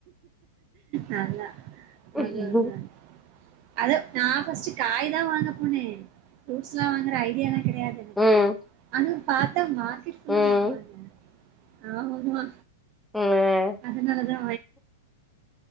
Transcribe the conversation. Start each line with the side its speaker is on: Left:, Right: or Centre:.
Right: நல்லா
Centre: ம்,
Right: அதா அதா அத நா ஃபர்ஸ்டு காய் தா வாங்க போனே ஃப்ரூட்ஸ்லா வாங்குற ஐடியாலா தெரியாது எனக்கு
Centre: ம்,
Right: ஆனா பாத்தா மார்கெட் ஃபுல்லா
Centre: ம்.
Right: மாங்காதா இருக்கு ஆமா ஆமா
Centre: ம்.
Right: அதுனாலதா